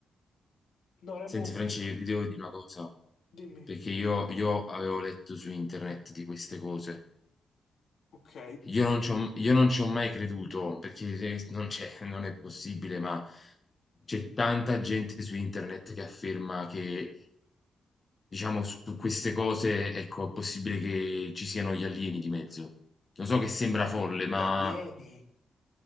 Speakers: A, on the left; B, on the left.
A: No, Remo,
B: Senti,
A: qui,
B: Francesco,
A: qui,
B: io ti devo dire una cosa
A: dimmi.
B: perché io, io avevo letto su internet di queste cose
A: Ok,
B: Io non ci ho io non ci ho mai creduto, perché se non c'è non è possibile, ma c'è tanta gente su internet che afferma che, diciamo, su queste cose, ecco, è possibile che ci siano gli alieni di mezzo. Lo so che sembra folle,
A: gli
B: ma
A: gli alieni.